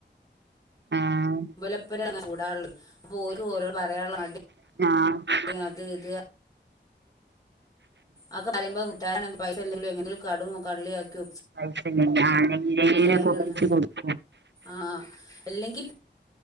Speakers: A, on the right; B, on the left.
A: ആഹ്
B: ഓല ഒപ്പരം കൂടല്ലേ അപ്പോ ഓല്‍ക്ക് ഓളോട് പറയാനുള്ള മടി
A: ആഹ്
B: എ അത് ഇത് ആക്ക <unintelligible> പറയുമ്പോൾ ഉദാഹണക്ക് പൈസ എല്ലന്തെങ്കിലോ എന്തെങ്കിലും കടോ കള്ളിയാക്കി
A: പൈസല്ല ഞാൻ എങ്ങനെങ്കിലും
B: അയിനുള്ള
A: കൊപ്പിച്ച് കൊടുക്കു
B: ആഹ് അല്ലെങ്കി